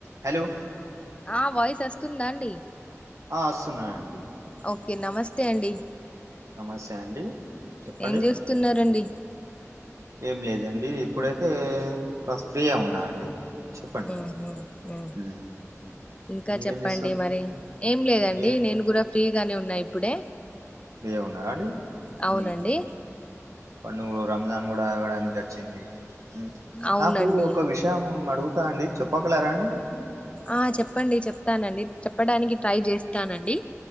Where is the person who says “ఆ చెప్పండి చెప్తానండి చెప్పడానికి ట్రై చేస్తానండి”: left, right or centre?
Left